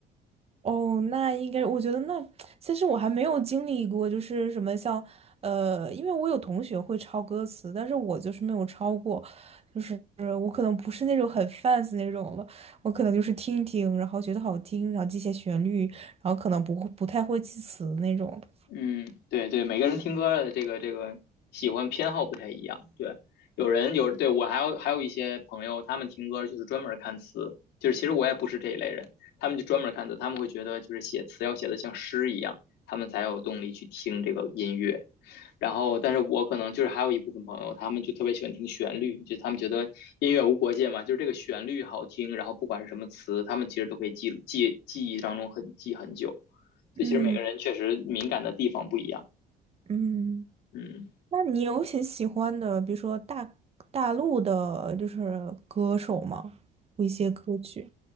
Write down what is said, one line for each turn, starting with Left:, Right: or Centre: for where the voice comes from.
Right: 哦，那应该，我觉得那其实我还没有经历过，就是什么像，呃，因为我有同学会抄歌词，但是我就是没有抄过，就是我可能不是那种很 fans 那种了，我可能就是听一听，然后觉得好听，然后记些旋律，然后可能不会不太会记词那种的
Left: 嗯，对对，每个人听歌的这个这个喜欢偏好不太一样。对，有人有，对，我还有还有一些朋友，他们听歌就是专门看词，就是其实我也不是这一类人，他们就专门看词，他们会觉得就是写词要写的像诗一样，他们才有动力去听这个音乐。然后，但是我可能就是还有一部分朋友，他们就特别喜欢听旋律，就他们觉得音乐无国界嘛，就是这个旋律好听，然后不管是什么词，他们其实都可以记记记忆当中很记很久。这其实每个人确实敏感的地方不一样。
Right: 嗯嗯，
Left: 嗯，
Right: 那你有很喜欢的，比如说大大陆的，就是歌手吗？一些歌曲。